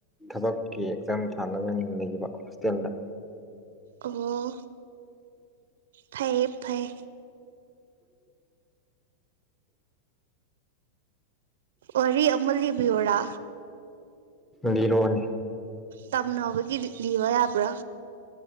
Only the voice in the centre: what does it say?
ꯊꯕꯛꯀꯤ ꯑꯦꯛꯖꯥꯝ ꯊꯥꯅꯕ ꯍꯩꯅ ꯂꯩꯕ ꯍꯣꯁꯇꯦꯜꯗ
ꯂꯤꯔꯣꯅꯦ